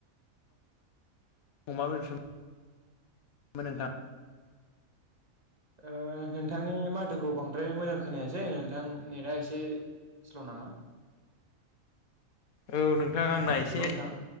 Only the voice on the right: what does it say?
ओ नोंथांनि माथोखौ बांद्राय मोजां खोनायासै नोंथां नेटआ एसे स्ल' नामा
हेलौ नोंथां